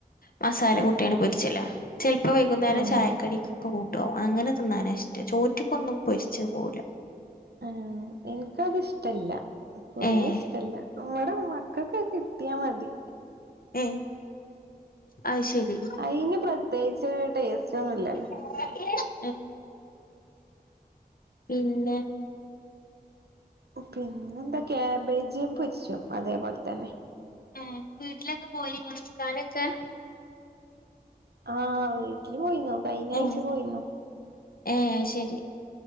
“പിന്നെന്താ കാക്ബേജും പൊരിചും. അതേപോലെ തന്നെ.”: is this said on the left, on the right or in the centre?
Right